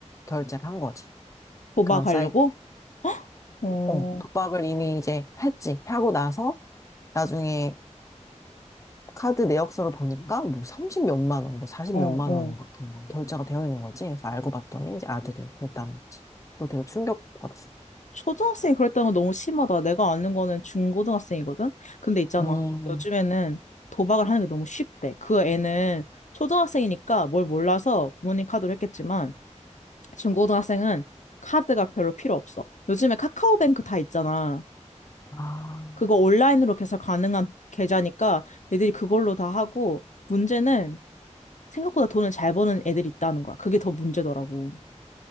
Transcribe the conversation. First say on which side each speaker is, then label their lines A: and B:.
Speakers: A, on the left; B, on the left.
A: 결제를 한 거지.
B: 도박하려고?
A: 그런 사이트.
B: 어,
A: 어, 독박을 이미 이제 했지. 하고 나서 나중에 카드 내역서를 보니까 뭐 30몇만 원, 뭐 40몇만
B: 어, 어.
A: 원 같은 거 결제가 되어 있는 거지. 그래서 알고 봤더니 이제 아들이 그랬다는 거지. 그거 되게 충격받았어.
B: 초등학생이 그랬다는 건 너무 심하다. 내가 아는 거는 중고등학생이거든? 근데 있잖아.
A: 음.
B: 요즘에는 도박을 하는 게 너무 쉽대. 그 애는 초등학생이니까 뭘 몰라서 부모님 카드로 했겠지만, 중고등학생은 카드가 별로 필요 없어. 요즘에 카카오뱅크 다 있잖아.
A: 아.
B: 그거 온라인으로 개설 가능한 계좌니까 애들이 그걸로 다 하고 문제는 생각보다 돈을 잘 버는 애들이 있다는 거야. 그게 더 문제더라고.